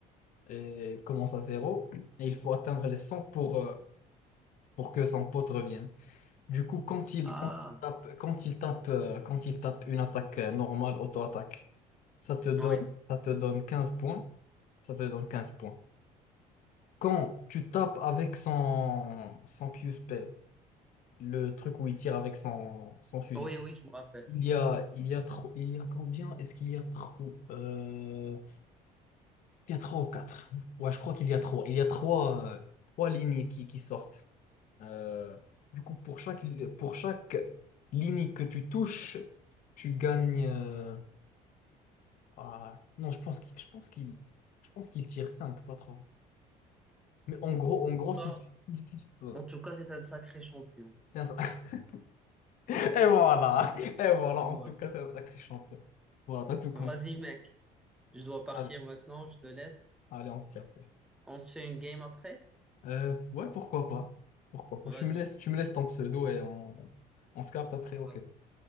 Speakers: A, on the left (about 55°); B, in the centre.
A: euh, commence à zéro et il faut atteindre les 100 pour, euh, pour que son pote revienne. Du coup, quand il,
B: Ah,
A: quand il tape, quand il tape, euh, quand il tape une attaque euh, normale, auto-attaque, ça te donne,
B: oui,
A: ça te donne 15 points. Ça te donne 15 points. Quand tu tapes avec son, son Q-spell, le truc où il tire avec son, son fusil.
B: oui, oui, je me rappelle.
A: Il y a, il y a, tro- il y a combien? Est-ce qu'il y a trop? euh, il y a trois ou quatre. Ouais, je crois qu'il y a trois. Il y a trois, euh, trois lignes qui, qui sortent. Euh, du coup, pour chaque, pour chaque ligne que tu touches, tu gagnes. euh, ah, non, je pense qu'il, je pense qu'il, je pense qu'il tire cinq, pas trois. Mais en gros, en gros, si
B: Toi,
A: tu- <laughs> voilà.
B: En tout cas, c'est un sacré champion.
A: C'est un- <laughs> Et voilà, et voilà. En
B: Ouais.
A: tout cas, c'est un sacré champion. Voilà, t'as tout compris.
B: Vas-y, mec, je dois partir
A: Allez.
B: maintenant, je te laisse.
A: Allez, on se tire plus.
B: On se fait une game après?
A: Euh, ouais, pourquoi pas. Pourquoi pas.
B: Vas-y.
A: Tu me laisses, tu me laisses ton pseudo et on, on se capte après. Ok.
B: Vas-y.